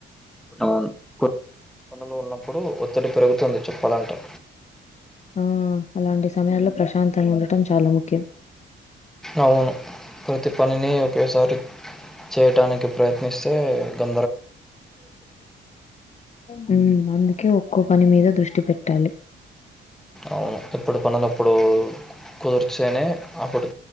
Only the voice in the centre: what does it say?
అవును కొత్త పనులు ఉన్నప్పుడు ఒత్తిడి పెరుగుతుంది చెప్పాలంటే
అవును ప్రతి పన్ని ఒకేసారి చేయటానికి ప్రయత్నిస్తే గ
అవును ఇప్పుడు పనులుప్పుడు కుదర్చేనే అప్పుడు